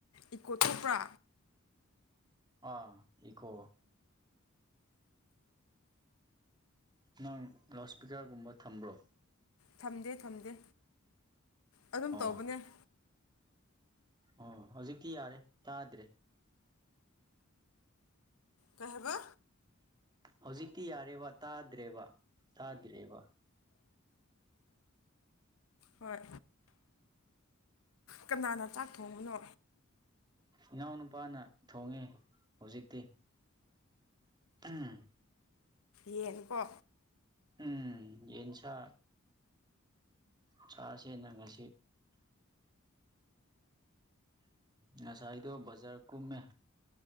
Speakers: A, on the left; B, on the right.
A: ꯏꯀꯣꯇꯣꯄ꯭ꯔꯥ
B: ꯑꯥ ꯏꯀꯣ ꯅꯪ ꯂꯥꯎꯠ ꯏꯁꯄꯤꯀꯔꯒꯨꯝꯕ ꯊꯝꯕ꯭ꯔꯣ
A: ꯊꯝꯗꯦ ꯊꯝꯗꯦ ꯑꯗꯨꯝ
B: ꯑꯣ
A: ꯇꯧꯕꯅꯦ
B: ꯑꯣ ꯍꯧꯖꯤꯛꯇꯤ ꯌꯥꯔꯦ ꯇꯥꯗ꯭ꯔꯦ
A: ꯀꯩꯕ
B: ꯍꯧꯖꯤꯛꯇꯤ ꯌꯥꯔꯦꯕ ꯇꯥꯗ꯭ꯔꯦꯕ ꯇꯥꯗ꯭ꯔꯦꯕ <inaudible>
A: ꯍꯣꯏ ꯀꯅꯥꯅ ꯆꯥꯛ ꯊꯣꯡꯉꯨꯅꯣ
B: ꯏꯅꯥꯎ ꯅꯨꯨꯄꯥꯅ ꯊꯣꯡꯉꯦ ꯍꯧꯖꯤꯛꯇꯤ ꯎꯝ
A: ꯌꯦꯡꯀꯣ
B: ꯎꯝ ꯌꯦꯟꯁ ꯆꯥꯁꯅꯪ ꯉꯁꯤ ꯉꯁꯥꯏꯗꯣ ꯕꯖꯥꯔ ꯀꯨꯝꯃꯦ